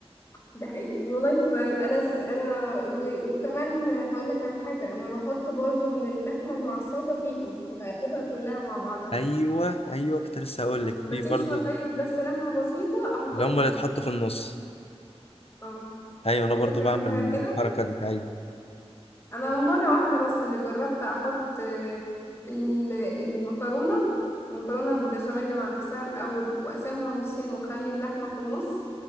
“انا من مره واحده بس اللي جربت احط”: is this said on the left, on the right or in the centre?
Left